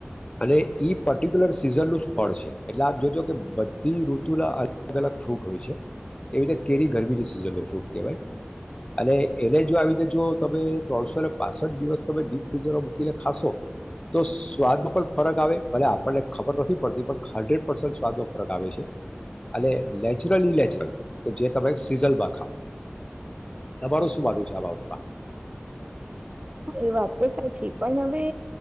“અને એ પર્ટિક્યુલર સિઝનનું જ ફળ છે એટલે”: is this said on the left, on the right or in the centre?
Left